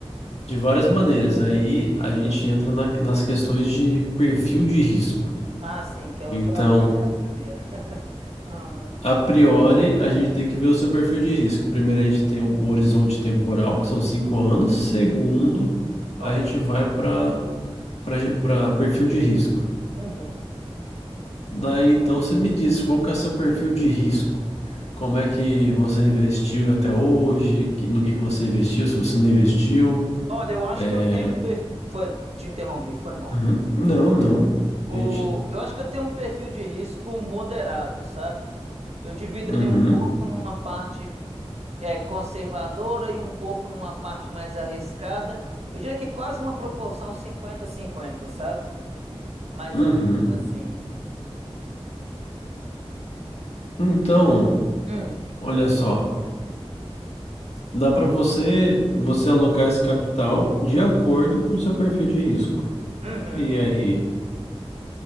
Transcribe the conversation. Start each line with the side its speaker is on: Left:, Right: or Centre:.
Left: de várias maneiras. Aí a gente entra na- nas questões de perfil de risco.
Right: Ah, sim, que é
Left: Então,
Right: o que eu achei que era a primeira. <laughs> Aham,
Left: A priori, a gente tem que ver o seu perfil de risco. Primeiro, a gente tem o horizonte temporal, que são cinco anos. Segundo,
Right: correto.
Left: a gente vai para para perfil de risco.
Right: Uhum.
Left: Daí, então, você me diz qual que é o seu perfil de risco. Como é que você investiu até hoje? que- no que que você investiu? Se você não investiu,
Right: Olha, eu acho
Left: é...
Right: que eu tenho um perfil. Foi, te interrompi, foi mal.
Left: Uhum. Não, não.
Right: O...
Left: A gente...
Right: Eu acho que eu tenho um perfil de risco moderado, sabe? Eu divido
Left: Uhum,
Right: ali um pouco numa parte é, conservadora e um pouco numa parte mais arriscada. Eu diria que quase uma proporção 50 cinquenta sabe? Mais
Left: uhum.
Right: ou menos assim.
Left: Então,
Right: Hum.
Left: olha só. Dá para você você alocar esse capital de acordo com o seu perfil de risco.
Right: Uhum.
Left: E aí,